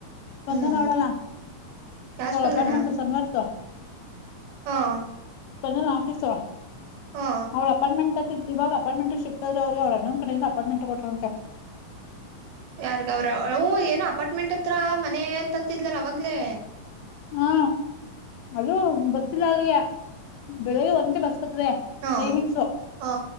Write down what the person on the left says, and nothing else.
ಸ್ಪಂದನ
ಅವಳಲ್ಲ.
ಹ
ಅರ್ಪಾಟ್ಮೆಂಟು ಸಮ್ಯಾಸ್ತು.
ಸ್ಪಂದನ ಆಪೀಸು
ಅವಳ್ ಅರ್ಪಾಟ್ಮೆಂಟು ಅಂತ ಇವ್ ಅವಳ್ ಅರ್ಪಾಟ್ಮೆಂಟು ಶಿಫ್ಟ್ ಆದ್ರೆ ಅವಳ್ ಅಣ್ಣ ಕಡೆಯಿಂದ ಅರ್ಪಾಟ್ಮೆಂಟು ಕೊಟ್ರಂತೆ.
ಹಾ ಅದೂ ಬಸ್ ಇಲ್ಲ ಅಲ್ಲಿಗೆ ಬೆಳಿಗ್ಗೆ ಒಂದ್ ಬಸ್ ಬತದೆ.
ಟೈಮಿಂಗ್ಸ್